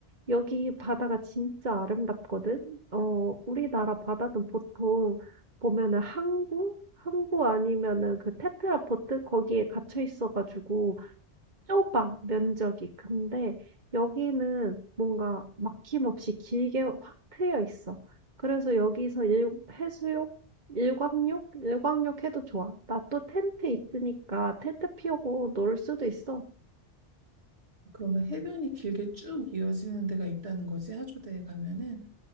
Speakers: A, on the right; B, on the right.
A: 여기 바다가 진짜 아름답거든? 어, 우리나라 바다는 보통 보면은 항구? 항구 아니면은 그 테트라포트? 거기에 갇혀 있어가지고 좁아, 면적이. 근데 여기는 뭔가 막힘없이 길게 확 트여 있어. 그래서 여기서 일, 해수욕, 일광욕? 일광욕 해도 좋아. 나 또 텐트 있으니까 텐트 피우고 놀 수도 있어.
B: 그러면 해변이 길게 쭉 이어지는 데가 있다는 거지, 하조대에 가면은.